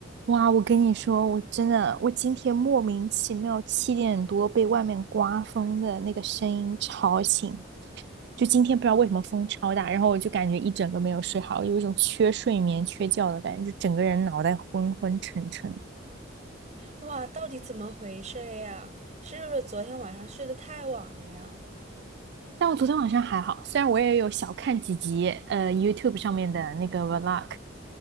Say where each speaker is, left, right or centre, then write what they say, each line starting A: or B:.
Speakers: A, on the right (about 60°); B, on the right (about 40°).
A: 哇，我跟你说，我真的，我今天莫名其妙七点多被外面刮风的那个声音吵醒，就今天不知道为什么风超大，然后我就感觉一整个没有睡好，有一种缺睡眠、缺觉的感觉，就整个人脑袋昏昏沉沉。
B: 哇，到底怎么回事呀？是不是昨天晚上睡得太晚了呀？
A: 但我昨天晚上还好，虽然我也有小看几集呃 YouTube 上面的那个 vlog，